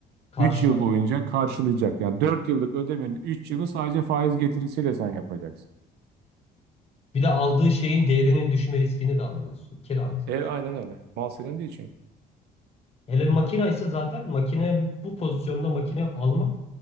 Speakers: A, on the left; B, on the right.
A: Karşılar.
B: 3 yıl boyunca karşılayacak. Yani 4 yıllık ödemenin 3 yılı sadece faiz getirisiyle sen yapacaksın.
A: Bir de aldığı şeyin değerinin düşme riskini de almıyorsun. Kiralık sonuçta.
B: E aynen öyle. Mal senin değil çünkü.
A: Hele makine ise zaten makine bu, bu pozisyonda makine almak